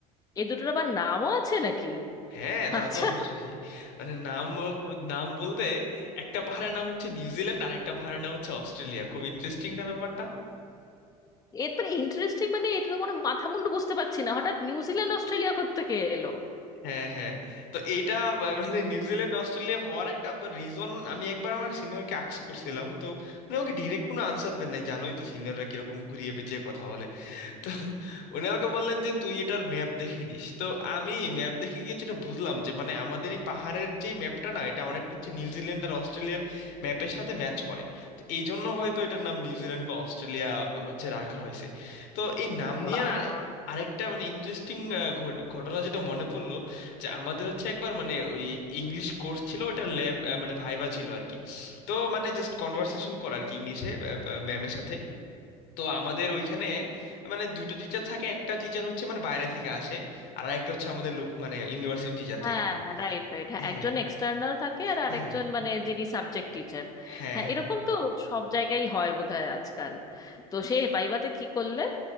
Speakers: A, on the left (about 20°); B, on the left (about 60°).
A: এ দুটোর আবার নামও আছে নাকি
B: হ্যাঁ তা
A: আচ্ছা
B: তো অবশ্যই মানে নাম ব- নাম বলতে একটা পাহাড়ের নাম হচ্ছে নিউজিল্যান্ড আর একটা পাহাড়ের নাম হচ্ছে অস্ট্রেলিয়া খুব ইন্টারেস্টিং না ব্যাপারটা
A: এর তো ইন্টারেস্টিং মানে এটা তো কোনো মাথা মুন্ডু বুঝতে পারছি না হঠাৎ নিউজিল্যান্ড অস্ট্রেলিয়া কোত্থেকে এলো
B: হ্যাঁ হ্যাঁ তো এইটা বা- মানে নিউজিল্যান্ড অস্ট্রেলিয়া হওয়ার একটা রিজন আমি একবার আমার সিনিয়রকে আক্স করছিলাম তো উনি আমাকে ডিরেক্ট কোনো আনসার দেন নাই জানোই তো সিনিয়ররা কিরকম ঘুরিয়ে পেঁচিয়ে কথা বলে তো উনি আমাকে বললেন যে তুই এটার ম্যাপ দেখে নিস তো আমি ম্যাপ দেখে গিয়ে যেটা বুঝলাম যে মানে আমাদের এই পাহাড়ের যে ম্যাপটা না এটা অনেকটা হচ্ছে নিউজিল্যান্ড আর অস্ট্রেলিয়ার ম্যাপের সাথে ম্যাচ করে তো এই জন্য হয়তো এটার নাম নিউজিল্যান্ড বা অস্ট্রেলিয়া আহ, হচ্ছে রাখা হয়েছে তো এই নাম
A: বাবা
B: নিয়ে আর আরেকটা মানে ইন্টারেস্টিং ঘটনা যেটা মনে পড়লো যে আমাদের হচ্ছে একবার মানে ওই ইংলিশ কোর্স ছিল ওটার ল্যাব মানে ভাইভা ছিল আর কি তো মানে জাস্ট কনভারসেশন করা আর কি ইংলিশে ম্যামের সাথে। তো আমাদের ওইখানে মানে দুইটা টিচার থাকে একটা টিচার হচ্ছে মানে বাইরে থেকে আসে আর একটা হচ্ছে আমাদের লোক মানে ইউনিভার্সিটি টিচার
A: হ্যাঁ
B: থাকে
A: রাইট রাইট হ্যাঁ
B: হ্যাঁ
A: একজন এক্সটার্নাল থাকে
B: হ্যাঁ
A: আর আরেকজন
B: হ্যাঁ
A: মানে যিনি সাবজেক্ট টিচার
B: হ্যাঁ
A: হ্যাঁ এরকম
B: হ্যাঁ।
A: তো সব জায়গায় হয় বোধহয় আজকাল তো সে ভাইভাতে কি করলে